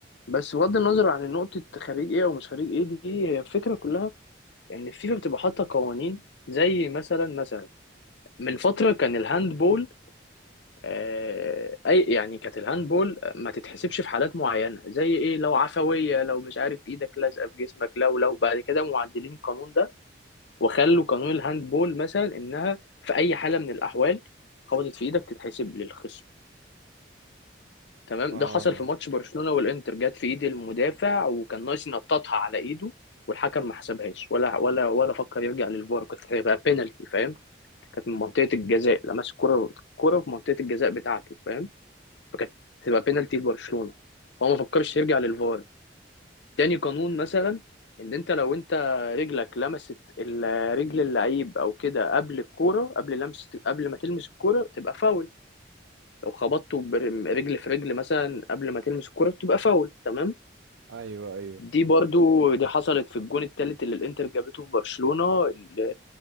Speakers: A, on the left (about 70°); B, on the right (about 85°).
A: بس بغض النظر عن نقطة خريج ايه او مش خريج ايه دي هي الفكرة كلها ان يعني الفيفا بتبقى حاطة قوانين زي مثلا مثلا من فترة كان الهاندبول آه، اي يعني كانت الهاندبول ما تتحسبش في حالات معينه زي ايه لو عفويه لو مش عارف ايدك لازقه في جسمك لو لو بعد كده معدلين القانون ده وخلوا قانون الهاندبول مثلا انها في اي حاله من الاحوال خبطت في ايدك تتحسب للخصم تمام
B: اه
A: ده حصل في ماتش برشلونه والانتر جت في ايد المدافع وكان ناقص ينططها على ايده والحكم ما حسبهاش ولا ولا ولا فكر يرجع للفار كانت هيبقى بينالتي فاهم كانت من منطقه الجزاء لمس كرة كرة في منطقه الجزاء بتاعته فاهم فكانت تبقى بينالتي لبرشلونه هو ما فكرش يرجع للفار تاني قانون مثلا ان انت لو انت رجلك لمست ال- رجل اللعيب او كده قبل الكوره قبل لمس قبل ما تلمس الكوره تبقى فاول لو خبطته برجل في رجل مثلا قبل ما تلمس الكوره بتبقى فاول تمام
B: ايوه ايوه
A: دي برضو دي حصلت في الجون التالت اللي الانتر جابته في برشلونه ال-